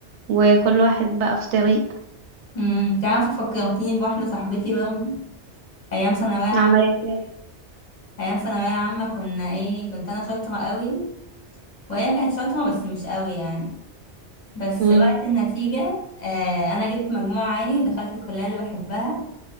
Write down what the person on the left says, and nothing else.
امم تعرف فكرتيني بواحده صاحبتي برضه ايام ثانويه عامه
ايام ثانويه عامه كنا ايه كنت انا شاطره قوي وهي كانت شاطره بس مش قوي يعني بس
وقت النتيجه آه انا جبت مجموع عالي ودخلت الكليه اللي بحبها